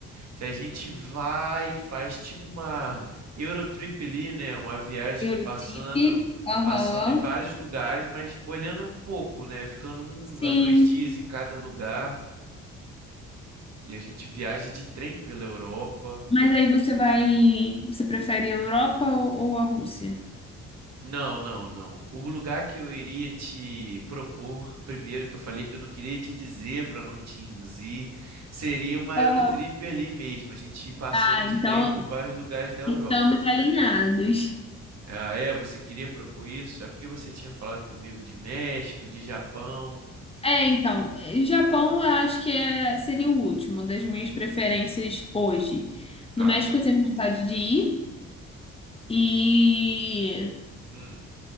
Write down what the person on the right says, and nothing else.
Se a gente vai e faz tipo uma Eurotrip ali, né? Uma viagem
passando
passando em vários lugares, mas olhando um pouco, né? Ficando um
a dois dias em cada lugar E a gente viaja de trem pela Europa.
Não, não, não. O lugar que eu iria te propor, primeiro que eu falei que eu não queria te dizer para não te induzir, seria uma
Eurotrip ali mesmo, a gente ir passando
de
trem por vários lugares da Europa.
Ah, é, você queria propor isso? É porque você tinha falado comigo de México, de Japão.
Tá.
Hum.